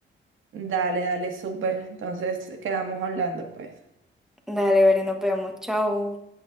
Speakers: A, on the right; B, in the centre.
A: Dale, dale, súper. Entonces quedamos hablando, pues.
B: Dale, veré, nos vemos. Chao.